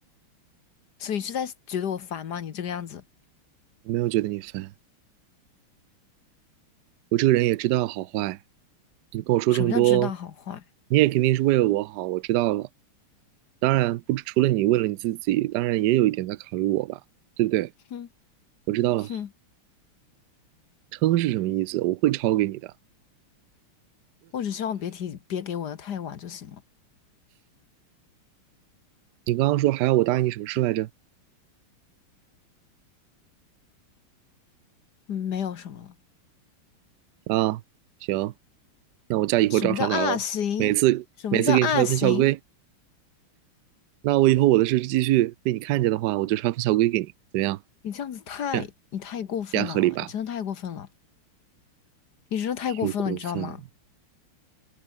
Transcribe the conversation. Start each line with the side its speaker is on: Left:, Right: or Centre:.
Left: 所以是在觉得我烦吗？你这个样子，
Right: 我没有觉得你烦，我这个人也知道好坏。你跟我说这么多，
Left: 什么叫知道好坏？
Right: 你也肯定是为了我好，我知道了。当然，不，除了你为了你自己，当然也有一点在考虑我吧，对不对？
Left: 哼
Right: 我知道了，
Left: 哼，
Right: 撑是什么意思？我会抄给你的。
Left: 我只希望别提，别给我的太晚就行了。
Right: 你刚刚说还要我答应你什么事来着？
Left: 嗯没有什么了。
Right: 啊，行，那我家以后照常打喽。
Left: 什么叫啊行？
Right: 每次每次给你抄一份校规，
Left: 什么叫啊行？
Right: 那我以后我的事继续被你看见的话，我就抄份校规给你，怎么样？
Left: 你这样子太，
Right: 这样
Left: 你太过分了，
Right: 这样合理吧？
Left: 你真的太过分了，你真的太过分了，
Right: 又过分了，
Left: 你知道吗？